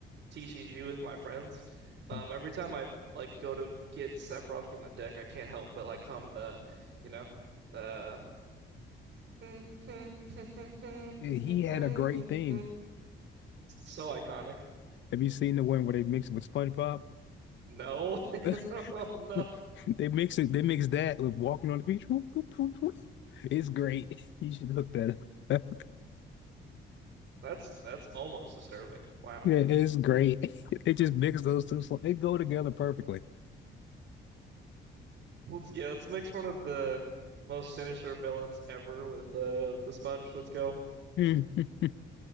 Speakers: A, on the right; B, on the left.
A: TCG with my friends, um,
B: Mm.
A: every time I like go to get Sephiroth from the deck, I can't help but like hum the, you know, the. <laughs>
B: Yeah, He had a great theme.
A: It's so iconic.
B: Have you seen the one where they mix it with SpongeBob?
A: No, <laughs>
B: <laughs>
A: oh, no,
B: They mix it. They mix that with walking on the beach. Whoop, whoop, whoop, whoop. It's great. <laughs> You should look that up.
A: that's that's almost disturbing. Wow.
B: Yeah, it's great. <laughs> It just mixes those two. sl- It go together perfectly.
A: Let's, yeah, let's mix one of the most sinister villains ever with the the Sponge. Let's go.
B: <laughs>